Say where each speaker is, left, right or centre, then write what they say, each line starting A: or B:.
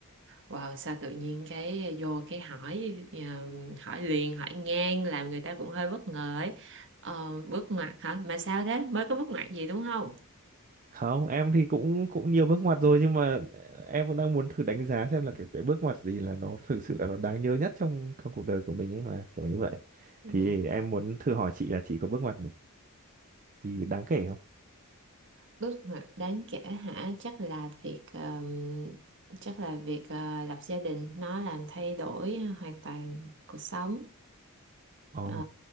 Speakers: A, on the right; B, on the right.
A: Wow, sao tự nhiên cái vô cái hỏi ờ, hỏi liền hỏi ngang làm người ta cũng hơi bất ngờ ấy. Ờ, bước ngoặt hả? Mà sao thế? Mới có bước ngoặt gì đúng không?
B: Không, em thì cũng cũng nhiều bước ngoặt rồi nhưng mà ờ, em vẫn đang muốn thử đánh giá xem là cái, cái bước ngoặt gì là nó thực sự là nó đáng nhớ nhất trong trong cuộc đời của mình ấy mà kiểu như vậy.
A: Ừ,
B: Thì em muốn thử hỏi chị là chị có bước ngoặt gì đáng kể không?
A: bước ngoặt đáng kể hả? Chắc là việc ờ, chắc là việc ờ, lập gia đình nó làm thay đổi hoàn toàn cuộc sống.
B: Ồ,
A: Ờ,